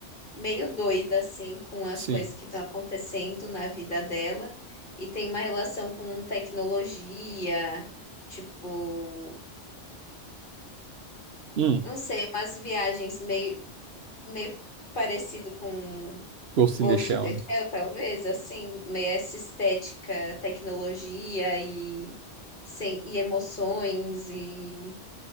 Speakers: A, on the left; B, on the right.
A: meio doida assim com as
B: sim.
A: coisas que estão acontecendo na vida dela e tem uma relação com tecnologia, tipo,
B: Hum,
A: não sei, umas viagens meio meio parecido com
B: Ghost
A: Ghost
B: in the Shell.
A: in the
B: né?
A: Shell, talvez, assim, meio essa estética, tecnologia e, sem, e emoções e,